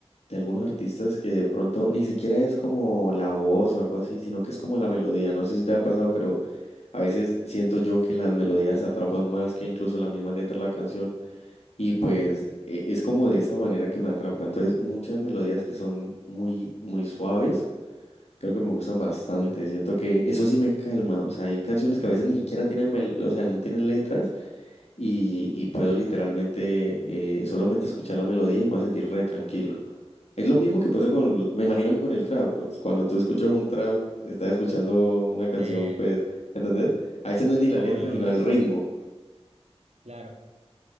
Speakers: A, on the left (about 80°); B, on the right (about 80°).
A: de algunos artistas que de pronto ni siquiera es como la voz o algo así, sino que es como la melodía. No sé si te ha pasado, pero a veces siento yo que las melodías atrapan más que incluso la misma letra de la canción. Y pues e- es como de esa manera que me atrapa. Entonces, muchas melodías que son muy, muy suaves, creo que me gustan bastante.
B: Sí.
A: Siento que eso sí me calma. O sea, hay canciones que a veces ni siquiera tienen, mel- o sea, no tienen letras y, y puedo literalmente eh, solamente escuchar la melodía y me voy a sentir re tranquilo.
B: Ah.
A: Es lo mismo que pasa con, me imagino que con el trap. pues, Cuando tú escuchas un trap, estás escuchando una canción,
B: Este,
A: pues, ¿me entendés? A veces no es ni la
B: obvio,
A: letra, sino el ritmo.
B: claro,